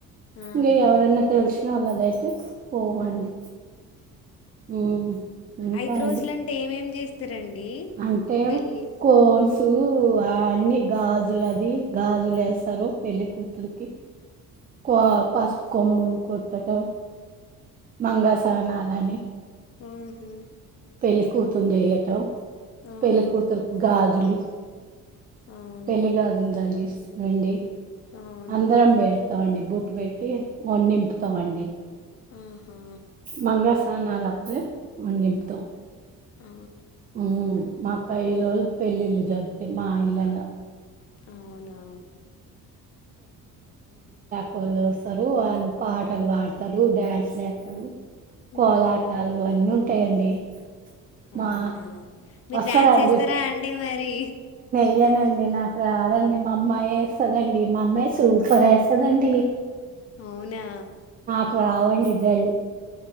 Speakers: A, on the left; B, on the right.
A: ఆహా
B: ఇంగ ఎవరన్నా తెల్సు లదైతే పోవండి ఉ ఇంకా
A: ఐదు
B: అండి
A: రోజులంటే ఏమేం చేస్తారండి
B: అంటే
A: పెళ్ళి
B: కోన్సు అ అన్ని గాజులు అది గాజులు వేస్తారు పెళ్లి కూతురికి కో పసుపు కొమ్ములు కొట్టట మంగ సనాలని
A: ఉహు
B: పెళ్ళికూతురుని చేయటం
A: ఆహా
B: పెళ్ళికూతురుకి గాజులు
A: అవునా
B: పెళ్లి గాజులు తగిలాస్తామండీ
A: అవునా
B: అందరం బేడతామండి బటు ట్టు పెట్టి వడీ నింపుతామండి
A: ఆహా
B: మంగసానాలప్పుడే వండింపుతాం
A: ఆ
B: ఉ మాకు ఇరోజు పెళ్ళిళ్ళు జరుగుతాయి మా ఇల్లలా
A: అవునా
B: కోళ్ళు కొస్తారు వాళ్ళు పాటలు పాడతారు డ్యాన్స్ చేస్తారు కోలాటాలు
A: మ్మ్
B: అన్నీ ఉంటాయండి మా
A: అవునా మీరు
B: వస్తారండి
A: డ్యాన్స్ ఏస్తారా అండి మరి
B: ఏయానండి నాకు రాదండి మా అమ్మాయి వేస్తుదండి మా అమ్మాయి సూపర్ వేస్తదండి
A: అవునా
B: రావండిదరు